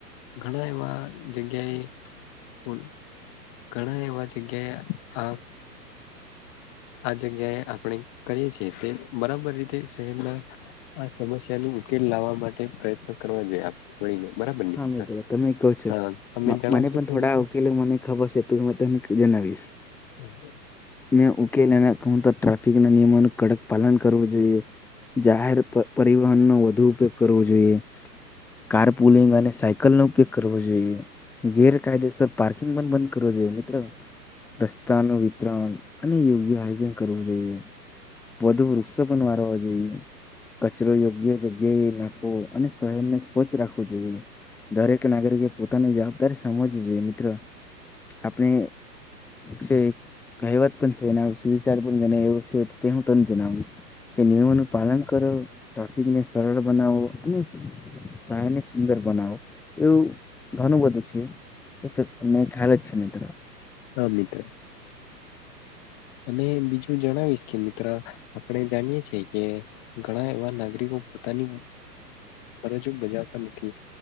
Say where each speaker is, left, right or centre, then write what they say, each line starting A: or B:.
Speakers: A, on the left; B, in the centre.
A: ઘણા એવા જગ્યાએ <unintelligible> ઘણા એવા જગ્યાએ આ આ જગ્યાએ આપણે કરીએ છીએ તે બરાબર રીતે શહેરના આ સમસ્યા ન ઉકેલ લાવવા માટે પ્રયત્ન કરવા જોઈએ આપ મળી ને બરાબર ને
B: હા
A: મિત્ર
B: મ તમે કહો છો
A: હા તમે જણાવશો
B: મને પણ
A: કે
B: થોડા
A: મિત્ર
B: ઉકેલ મને ખબર છે તો જનાવીશ <unintelligible>
A: <inaudible>
B: મેં ઉકેલ કો હું તો ટ્રાફિકના નિયમન કડક પાલન કરવું જોઈએ જાહેર પરિવહન નો વધુ ઉપયોગ જોઈએ કાર પુલિંગ અને સાયકલનો ઉપયોગ કરવો જોઈએ ગેરકાયદેસર પાર્કિંગ પણ બંધ કરવું જોઈએ મિત્ર રસ્તાનું વિતરણ અને યોગ્ય આયોજન કરવું જોઈએ વધુ વૃક્ષો પણ વારવા જોઈએ કચરો યોગ્ય જગ્યાએ નાખવો અને શહેરને સ્વચ્છ રાખવું જોઈએ દરેક નાગરિકે પોતાની જવાબદારી સમજવી જોઈએ મિત્રો આપણે છે કહેવત પણ છે એ વિચાર પણ જ એવો છે તે હું તો જણાવું કે નિયમોનું પાલન કરો ટ્રાફિકને સરળ બનાવો અને સહને સુંદર બનાવો એવું ઘણું બધું છે એ તો તમને ખ્યાલ જ છે મિત્ર
A: હા મિત્ર અને બીજું જણાવીશ કે મિત્ર આપણે જાણીએ છીએ કે ઘણા એવા નાગરિકો પોતાની ફરજો બજાવતા નથી